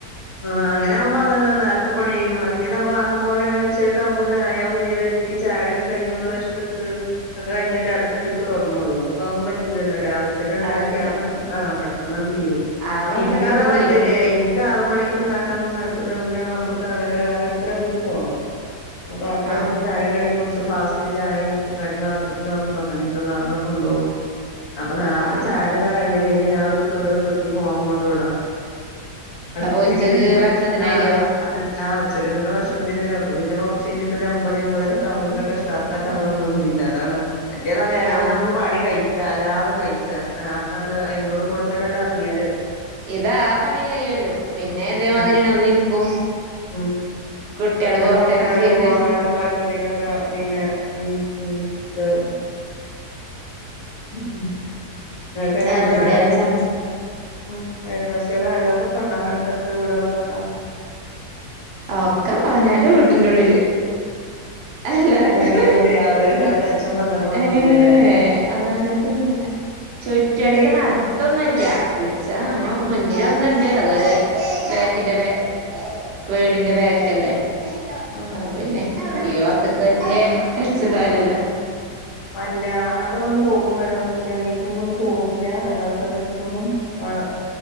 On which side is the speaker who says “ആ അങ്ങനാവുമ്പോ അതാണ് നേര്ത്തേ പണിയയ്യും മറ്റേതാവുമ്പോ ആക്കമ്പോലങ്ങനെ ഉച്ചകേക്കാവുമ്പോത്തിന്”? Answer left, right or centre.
Left